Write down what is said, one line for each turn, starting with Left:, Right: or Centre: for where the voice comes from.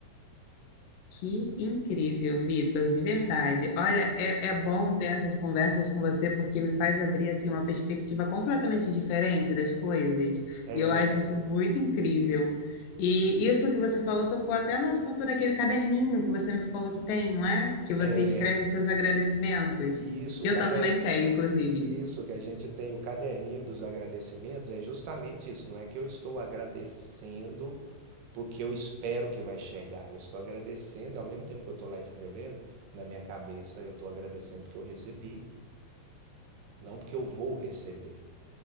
Left: Que incrível, Vitor, de verdade. Olha, é, é bom ter essas conversas com você porque me faz abrir assim uma perspectiva completamente diferente das coisas.
Right: É,
Left: E eu acho isso muito incrível. E isso que você falou tocou até no assunto daquele caderninho que você me falou que tem, não é? Que você
Right: é,
Left: escreve seus agradecimentos,
Right: e isso,
Left: que
Right: cada
Left: eu também tenho, inclusive.
Right: E isso que a gente tem o caderninho dos agradecimentos é justamente isso. Não é que eu estou agradecendo porque eu espero que vai chegar. Eu estou agradecendo, e ao mesmo tempo que eu estou lá escrevendo, na minha cabeça eu estou agradecendo porque eu recebi, não porque eu vou receber.